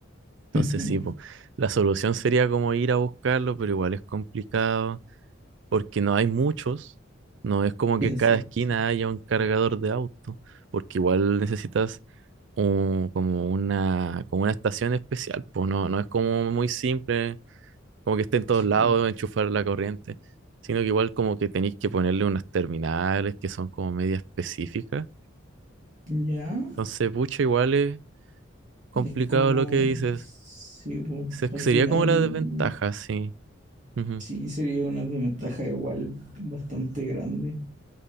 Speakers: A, on the right; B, on the right.
A: Entonces
B: Ujú.
A: sí, po, la solución sería como ir a buscarlo, pero igual es complicado porque no hay muchos, no es como
B: Exacto.
A: que cada esquina haya un cargador de auto, porque igual necesitas un- como una, como una estación especial, pues no, no es como muy simple, como que esté en todos
B: Sí,
A: lados,
B: po.
A: enchufar la corriente, sino que igual como que tenéis que ponerle unas terminales que son como media específicas.
B: Ya,
A: Entonces, pucha, igual es complicado
B: es como,
A: lo que dices.
B: sí, po.
A: Se-
B: Al
A: Sería
B: final,
A: como la desventaja, sí. Ujú.
B: sí, sería una desventaja igual bastante grande.